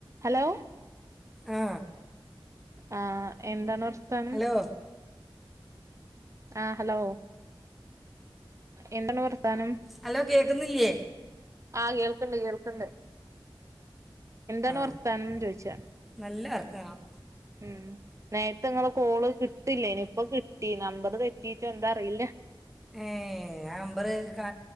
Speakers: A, on the right; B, in the centre.
A: Hello
B: ആ
A: ആ എന്താണ് പ്രസ്ഥാനം
B: ഹലോ
A: ആഹ ഹലോ എന്താണ് വർത്താനം
B: ഹലോ കേക്കുന്നില്ലേ
A: ആഹ് കേൾക്കണ്ട് കേൾക്കണ്ട് എന്താണ്
B: ആ
A: വർത്താനംന്ന് ചോയിച്ച
B: നല്ല വർത്തമാനം
A: ഉം നേരത്തെ നിങ്ങെ കോള് കിട്ടില്ല ഇനിയിപ്പോ കിട്ടി നമ്പർ തെറ്റീച്ച എന്താ അറിയില്ല
B: ഏ ആ അമ്പർ കാ